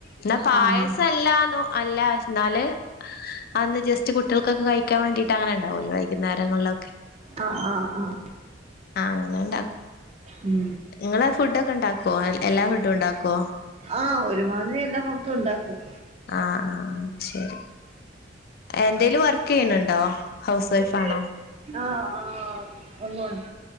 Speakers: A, on the left; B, on the right.
A: എടാ പായസ്സലാന്നു
B: ആഹ്
A: അല്ല എന്നാല് അന്ന് ജസ്റ്റ് കുട്ടികൾക്കൊക്കെ കഴി കാൻവേണ്ടി അങ്ങനെ ഉണ്ടാവല്ലോ വൈകുന്നരങ്ങളൊക്കെ.
B: ആഹ് ആഹ് ആഹ്
A: ആഹ് അങ്ങനെ ഇണ്ടാക്കും
B: മ്
A: നിങ്ങള് ഫുഡൊക്കെ ഉണ്ടാക്കുവോ എല്ലാ ഫുഡും ഉണ്ടാക്കുവോ?
B: ആഹ് ഒരുമാതിരി എല്ലാ ഫുഡ്ഡും ഉണ്ടാക്കും.
A: ആഹ് ആഹ് ശരി. എന്തേലും വർക്ക് ചെയ്യണുണ്ടോ ഹൗസ് വൈഫ്
B: പിന്നെ
A: ആണോ?
B: ആഹ് ആഹ് ഒന്നുണ്ട്.